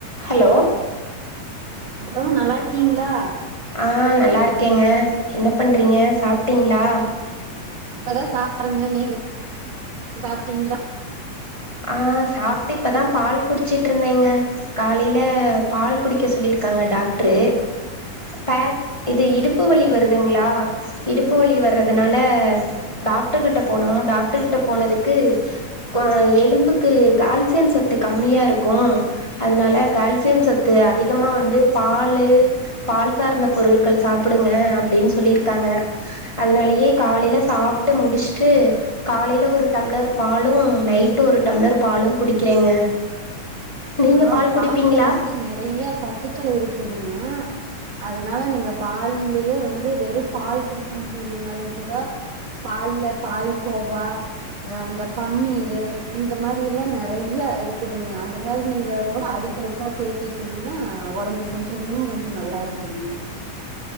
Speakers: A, on the left; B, on the right.
A: Hello
B: அப்றோ நல்லாருக்கீங்களா
A: ஆ நல்லாருக்கேங்க என்ன பண்றீங்க சாப்டீங்ளா
B: இப்பதா சாப்பறேங்க நீங்க சாப்டீங்ளா
A: ஆ சாப்ட்டு இப்பதா பால் குடிச்சிட்ருந்தேங்க காலையில பால் குடிக்க சொல்லிருக்காங்க டாக்ட்ரு பேக் இது இடுப்பு வலி வருதுங்களா இடுப்பு வலி வறதுனால டாக்டரு கிட்ட போனோ டாக்டர் கிட்ட போனதுக்கு கொ எ லும்புக்கு கால்சியம் சத்து கம்மியா இருக்கு அதனால கால்சியம் சத்து அதிகமா வந்து பாலு பால் சார்ந்த பொருட்கள் சாப்புடுங்க அப்டின் சொல்லிருக்காங்க அதனாலயே காலைல சாப்ட்டு முடிச்சுட்டு காலைல ஒரு டம்ளர் பாலு நைட்டு ஒரு டம்ளர் பாலு குடிக்கிறேங்க நீங்க
B: ஆ
A: பால்
B: பால்ல
A: குடிப்பீங்களா
B: வந்து நெறைய சத்துக்கள் இருக்குதுங்க அதுனால நீங்க பால்லயே வந்து வெறு பால் குடிக்க முடிய்லின்னாலுங் கூட பால்ல பால் கோவா அ அந்த பன்னீரு இந்த மாரி எல்லா நெறைய இருக்குதுங்க அந்த மாரி நீங்க கூட அடிக்கி ஒருக்கா சேத்திட்டீங்கன்னா ஒடம்பு கொஞ்சொ இன்னுமு கொஞ்ச நல்லா இருக்குங்க